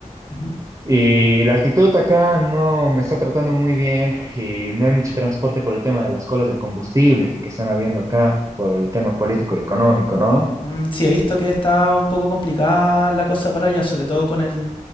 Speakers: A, on the left (about 40°); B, on the right (about 30°).
A: Ujú.
B: Y la altitud acá no me está tratando muy bien y no hay mucho transporte por el tema de las colas del combustible que están habiendo acá, por el tema político y económico, ¿no?
A: Mm, sí, he visto que está un poco complicada la cosa para allá, sobre todo con el,